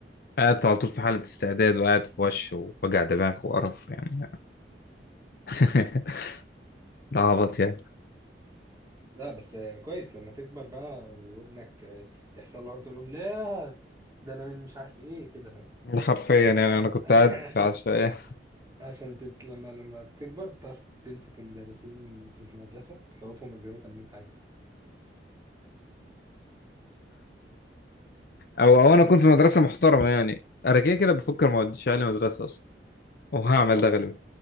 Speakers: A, on the left; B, on the right.
A: قاعد على طول في حالة استعداد وقاعد في وش ووجع دماغ وقرف يعني <laughs> ده عبط يعني
B: لا بس آه، كويس لما تكبر بقى وابنك آه، يحصل له تقول لهم لا ده انا من مش عارف ايه كده فاهم
A: ده حرفيا يعني انا كنت
B: <laughs> عشان
A: قاعد في عشوائية
B: عشان تت... لما لما تكبر تعرف تمسك المدرسين في المدرسة تخوفهم من غير ما تعمل لهم حاجة
A: او او انا اكون في مدرسة محترمة يعني انا كده كده بفكر ما اوديش عيالي مدرسة اصلا وهعمل
B: لا طبعا
A: ده غالبا